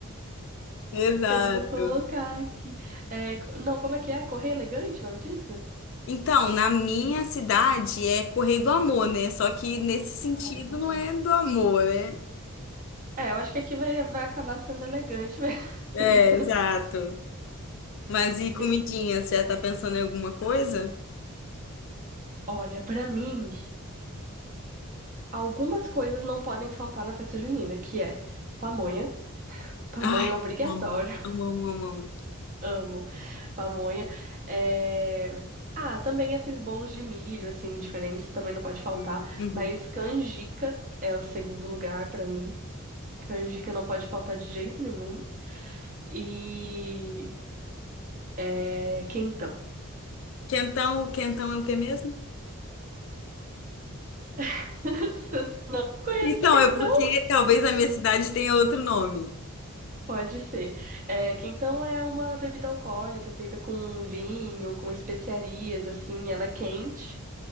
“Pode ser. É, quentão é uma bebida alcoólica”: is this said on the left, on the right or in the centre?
Right